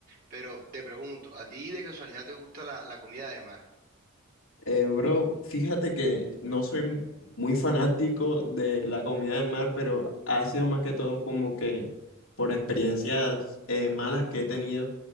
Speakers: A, on the right; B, on the left.
A: Pero te pregunto, ¿a ti de casualidad te gusta la, la comida de mar?
B: Eh, bro, fíjate que no soy mu- muy fanático de la comida del mar, pero ha sido más que todo como que por experiencias eh, malas que he tenido